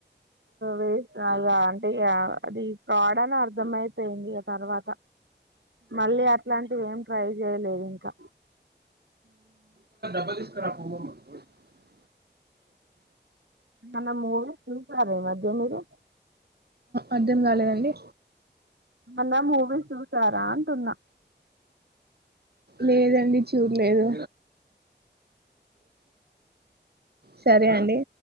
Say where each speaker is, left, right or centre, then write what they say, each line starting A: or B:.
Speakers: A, on the right (about 80°); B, on the right (about 60°).
A: వేస్ట్ అ అంటే అది ఫ్రాడ్ అని అర్ధ అయిపోయింది ఆ తర్వాత మళ్ళీ అట్లాంటివి ఏం ట్రై చేయలేదు ఇంకా
B: <unintelligible> <unintelligible>
A: తన <unintelligible> చూసారా ఈ మధ్య మీరు
B: అర్థం కాలేదండి
A: అన్న మూవీ చూసారా అంటున్నా
B: లేదండి చూడలేదు సరే అండి